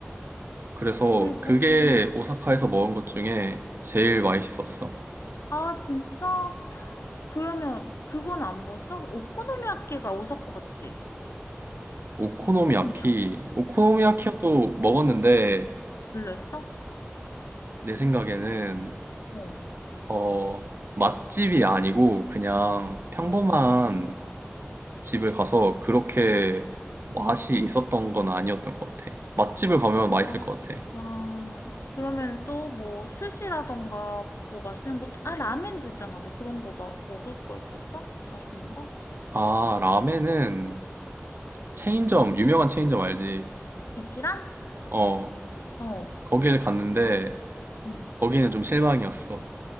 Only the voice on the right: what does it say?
그래서
그게
오사카에서 먹은 것 중에 제일 맛있었어.
오코노미야키,
오코노미야키도
먹었는데
내 생각에는
어, 맛집이 아니고 그냥 평범한
집을 가서 그렇게 맛이 있었던 건 아니었던 것 같아. 맛집을 가면 맛있을
것 같아.
아, 라멘은 체인점, 유명한 체인점 알지?
어,
거기를 갔는데
거기는 좀 실망이었어.